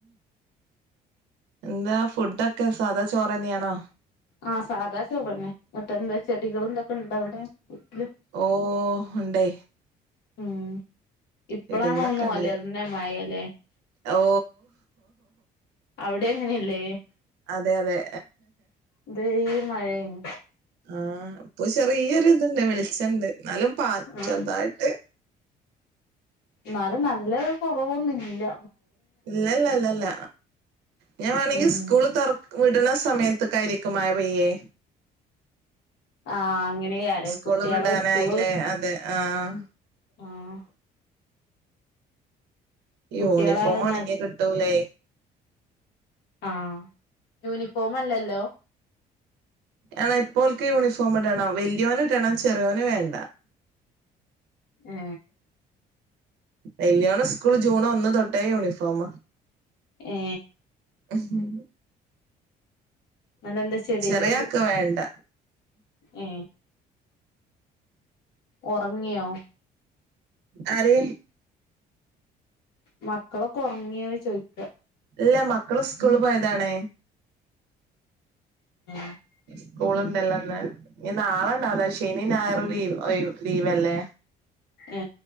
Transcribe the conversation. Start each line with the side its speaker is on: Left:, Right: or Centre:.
Right: എന്താ ഫുഡൊക്കെ സാധാ ചോറ് തന്നെയാണോ
Left: ആഹ സാദാ ചോറന്നെ മറ്റെന്താ ചെടികളും ഇന്തൊക്കെ ഇണ്ടോ അവിടെ വീട്ടില്
Right: ഓ ഉണ്ടേ
Left: ഉം ഇപ്പളാണോന്നു
Right: ചെടികളൊക്കെ ഉണ്ട്
Left: ഒലർനെ മഴ ലെ
Right: ഓ
Left: അവിടെ അങ്ങനെയല്ലേ
Right: അതെ അതെ
Left: ഇതരേ മഴയേനി
Right: ആഹ ഇപ്പൊ ചെറിയൊരു ഇതുണ്ട് വെളിച്ചണ്ട് എന്നാലും പ
Left: ഉം
Right: ചെറുതായിട്ട്
Left: എന്നാലും നല്ല കുറവൊന്നുല്ല്യ
Right: ഇല്ലല്ല ഇല്ലല്ല ഞാൻ വേണെങ്കി
Left: ഉം
Right: സ്കൂള് തോർ- വിട്ണ സമയത്തൊക്കായിരിക്കും മഴ പയ്യേ
Left: ആഹ് അങ്ങനെയാരം
Right: സ്കൂള്
Left: കുട്ടികള്
Right: വിടാനായില്ലേ
Left: സ്കൂള്
Right: അതെ ആഹ
Left: ആഹ കുട്ടികളാകെ
Right: യൂണിഫോം ഒണങ്കി കിട്ടൂലേ
Left: ആഹ യൂണിഫോം അല്ലല്ലോ
Right: ആണ ഇപ്പോൾക്ക് യൂണിഫോം ഇടണം വലിയോൻ ഇടേണം ചെറിയോന് വേണ്ട
Left: ഏ
Right: വെല്ല്യോന് സ്കൂള് ജൂൺ ഒന്ന് തൊട്ടേ യൂണിഫോം
Left: ഏ
Right: ഉഹ്
Left: ന്നട്ടെന്താ ചെടികളൊ
Right: ചെറിയാക്ക് വേണ്ട
Left: ഉ ഒറങ്ങിയോ
Right: ആര്
Left: മക്കളൊക്കെ ഉറങ്ങിയോ ചോയ്ക്ക
Right: ഇല്ല മക്കള് സ്കൂള് പോയതാണ്
Left: <unintelligible>
Right: സ്കൂളുണ്ടല്ലോന്ന് ഇനി നാളെണ്ടാവുല ശനി ഞായറും ലീവ് ലീവല്ലെ
Left: ഏ